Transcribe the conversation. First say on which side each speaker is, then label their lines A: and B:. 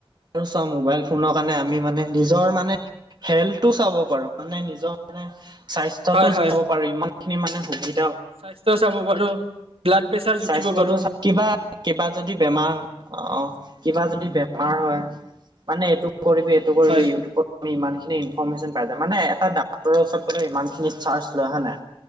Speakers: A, on the right; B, on the right.
A: আৰু চা মোবাইল ফোনৰ কাৰণে আমি মানে নিজৰ মানে হেল্থটো চাব পাৰো মানে নিজৰ মানে স্বাস্থ্যতটো
B: হয় হয়
A: চাব পাৰো ইমান খিনি মানে সুবি
B: স্বাস্থ্য চাব পাৰো ব্লাড প্ৰেচাৰ জুখিব
A: স্বাস্থ্যতো
B: পাৰো
A: চা কিবা কিবা যদি বেমাৰ অ কিবা যদি বেমাৰ হয় মানে এইটো কৰিবি কৰিবি
B: হয়
A: ইউটিউবত আমি ইমানখিনি ইনফৰ্মেচন পাই যাম মানে এটা ডাক্তৰ ওচৰত গ'লে ইমানিনি চাৰ্জ লয় হয় নাই